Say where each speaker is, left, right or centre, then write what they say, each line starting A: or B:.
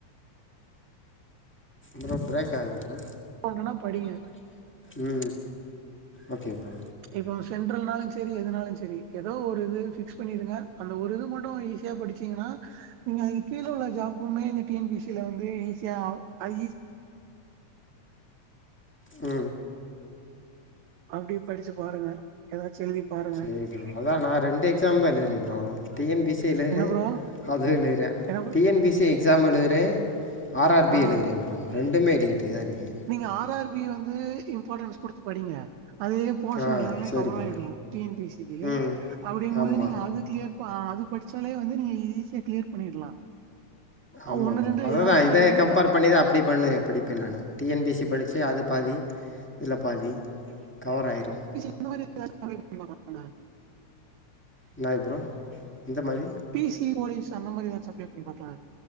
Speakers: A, on the left; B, on the right.
A: ப்ரோ ப்ரேக் ஆகுது ப்ரோ
B: பண்றனா படிங்க.
A: உ ஓகே ப்ரோ
B: இப்போ சென்ட்ரல்னாலு சரி எதுனாலு சரி ஏதோ ஒரு இது பிக்ஸ் பண்ணிருங்க அந்த ஒரு இது மட்டு ஈஸியா படி சிங்கன்னா நீங்க அதுக் கீழ உள்ள ஜாபும்மே டி என் பி சில வந்து ஈஸியா அது ஈஸ்
A: உ
B: அப்டி படிச்சு பாருங்க ஏதாச்சு எழுதி பாருங்க.
A: சரி ப்ரோ அதா நா ரெண்டு எக்ஸாம் தா எழுதுறே bro T N P C எழுதுறே
B: என்ன ப்ரோ?
A: அது எழிரே
B: என்ன bro?
A: T N P C exam எழுரே ஆர் ஆர் பி
B: ஆ.
A: எழுத்ரே ப்ரோ ரெண்டுமே எழுதிட்டு தா இருக்கே
B: நீங்க ஆர் ஆர் பி வந்து இம்பார்ட்டன்ஸ் குடுத்து படிங்க அதுவே போர்ஷன்
A: ஆ
B: எல்லாமே
A: சரி
B: கவர்
A: ப்ரோ
B: ஆயிடு டி என் பி சிகி
A: ம்
B: அப்படிங்கும்
A: ஆமா
B: போது நீங்க அதுக் கிளியர் ப அது படிச்சாலே வந்து நீங்க ஈஸியா கிளியர் பண்ணிட்லா ஆ
A: ஆமா
B: ஒன்னு
A: ப்ரோ
B: ரெண்டு
A: அததா
B: எதாச்சு
A: இத
B: ரொம்ப
A: கம்பேர்
B: <unintelligible>
A: பண்ணி தா அப்டி பண்ணு படிப்பே நானு டி என் பி சி படிச்சு அதுல பாதி இதுல பாதி கவர் ஆயிரு
B: <inaudible> <unintelligible>
A: இன்னாய் ப்ரோ இந்த மாரி
B: பிசிஒலிஸ் அந்த மாதிரி ஏதாச்சு அப்ளே பண்ணி பாக்கலா